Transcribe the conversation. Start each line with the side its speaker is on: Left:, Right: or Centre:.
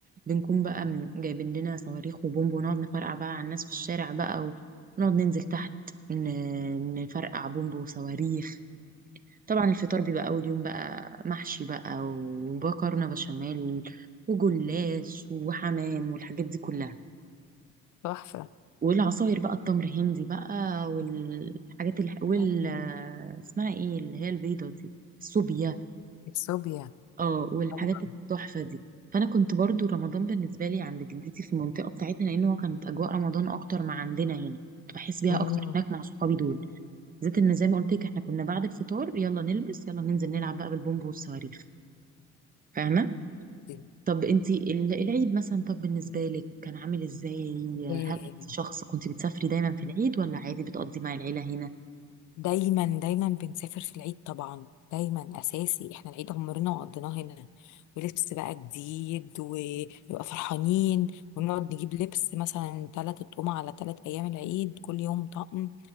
Right: بنكون بقى من- جايبين لنا صواريخ وبومب ونقعد نفرقع بقى على الناس في الشارع بقى ونقعد ننزل تحت ن- نفرقع بومب وصواريخ طبعا الفطار بيبقى أول يوم بقى محشي بقى ومكرونة بشاميل وجلاش وحمام والحاجات دي كلها
Left: تحفة
Right: والعصاير بقى التمر هندي بقى والحاجات اللي وال
Left: أيوة.
Right: اسمها ايه اللي هي البيضة دي السوبيا
Left: الصوبيا
Right: اه والحاجات
Left: طبعا
Right: التحفة دي فأنا كنت برضو رمضان بالنسبة لي عند جدتي في المنطقة بتاعتنا لأنه كانت أجواء رمضان أكتر ما عندنا هنا كنت بحس بيها
Left: مم.
Right: أكتر هناك مع صحابي دول بالذات إن زي ما قلت لك إحنا كنا بعد الفطار يلا نلبس يلا ننزل نلعب بقى بالبومب والصواريخ فاهمة
Left: دي.
Right: طب انتي ال- العيد مثلا طب بالنسبة لك كان عامل ازاي
Left: ياه.
Right: هل انت شخص كنت بتسافري دايما في العيد ولا عادي بتقضي مع العيلة هنا
Left: دايما دايما بنسافر في العيد طبعا دايما اساسي احنا العيد عمرنا ما قضيناه هنا ولبس بقى جديد ويبقى فرحانين ونقعد نجيب لبس مثلا تلات اطقم على تلات ايام العيد كل يوم طقم